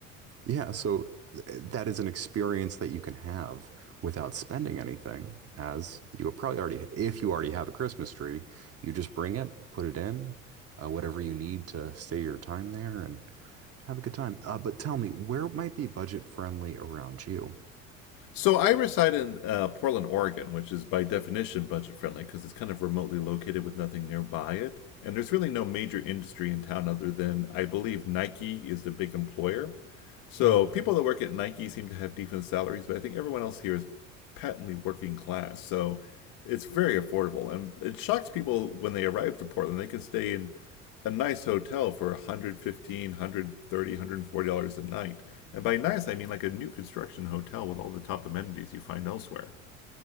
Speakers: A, on the right; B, on the left.
A: Yeah, so th- that is an experience that you can have without spending anything, as you will probably already, if you already have a Christmas tree, you just bring it, put it in, uh, whatever you need to stay your time there and have a good time. Uh, but tell me, where might be budget friendly around you?
B: So I reside in uh, Portland, Oregon, which is by definition budget friendly because it's kind of remotely located with nothing nearby it. And there's really no major industry in town other than I believe Nike is the big employer. So
A: Mm.
B: people that work at Nike seem to have decent salaries, but I think everyone else here is patently working class. So it's very affordable, and it shocks people when they arrive to Portland. They can stay in a nice hotel for 115 130 140 dollars one hundred thirty dollars, one hundred forty dollars a night and by nice i mean like a new construction hotel with all the top amenities you find elsewhere